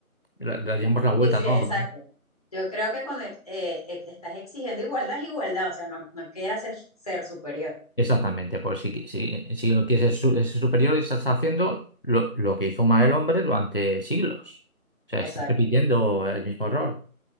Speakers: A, on the left; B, on the left.
A: le le daríamos la vuelta
B: Sí, sí,
A: a todo.
B: exacto.
A: ¿no?
B: Yo creo que cuando eh, eh, estás exigiendo igualdad es igualdad, o sea, no, no quieras ser, ser superior.
A: Exactamente, pues si, si, si lo quieres es su- ser superior, estás haciendo lo, lo que hizo mal el hombre durante siglos. O sea, estás
B: Exacto,
A: repitiendo el mismo error.